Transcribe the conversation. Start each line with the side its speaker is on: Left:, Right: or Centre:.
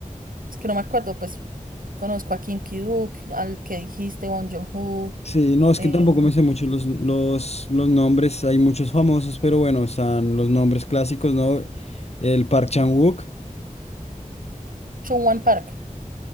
Right: Es que no me acuerdo, pues conozco a Kim Ki-duk, al que dijiste, Bong Joon-ho,
Left: Sí, no, es
Right: eh,
Left: que tampoco me sé mucho los, los, los nombres. Hay muchos famosos, pero bueno, están los nombres clásicos, ¿no? El Park Chan-wook.
Right: Chungwon Park,